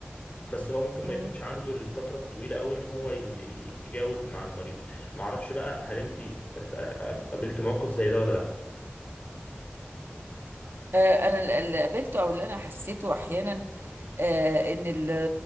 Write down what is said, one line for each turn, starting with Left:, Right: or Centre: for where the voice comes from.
Left: بس هو ممكن ما
Right: مم.
Left: يكونش عنده الفترة الطويلة قوي ان هو ي- ي- يجاوب مع المريض ما اعرفش بقى هل انت ات- قابلت موقف زي ده ولا لا
Right: آه، انا اللي قابلته او اللي انا حسيته احيانا آه، ان ال-